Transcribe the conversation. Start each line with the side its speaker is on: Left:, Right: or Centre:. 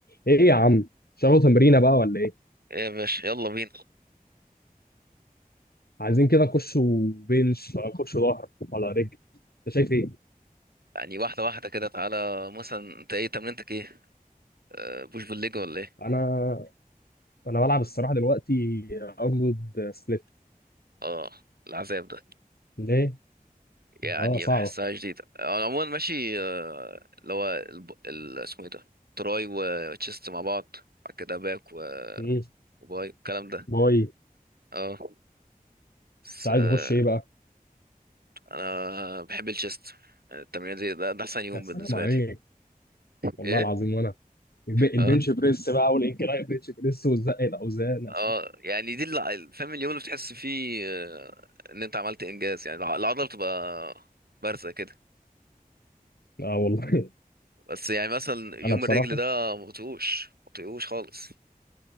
Left: ايه يا عم شغلوا تمرينه بقى ولا ايه
Right: يا باشا يلا بينا
Left: عايزين كده نخش بنش ولا نخش ظهر ولا رجل انت شايف ايه
Right: يعني واحدة واحدة كده تعالى مثلا انت ايه تمرينتك ايه آه، بوش بالليج ولا ايه
Left: انا انا بلعب الصراحه دلوقتي ارنولد سبليت
Right: اه العذاب ده
Left: ليه
Right: يعني
Left: اه صعبه
Right: بحسها جديدة آه، انا عموما ماشي آه، اللي هو الب... ال... اسمه ايه ده تراي وتشيست مع بعض بعد كده باك و...
Left: مم.
Right: وباي الكلام ده
Left: باي
Right: اه بس
Left: انت عايز
Right: آه،
Left: نخش ايه بقى
Right: انا بحب الشيست التمرين دي ده, ده احسن يوم
Left: يا سلام
Right: بالنسبة
Left: عليك
Right: لي
Left: والله
Right: ايه
Left: العظيم وانا الب- البنش
Right: آه.
Left: بريس بقى والانكلاين بنش بريس وزق الاوزان يا
Right: اه
Left: سلام
Right: يعني دي اللي فاهم اليوم اللي بتحس فيه آه، ان انت عملت انجاز يعني الع- العضله بتبقى بارزه كده
Left: اه والله
Right: بس يعني مثلا يوم
Left: <laughs> انا بصراحه
Right: الرجل ده ما بطيقوش ما بطيقوش خالص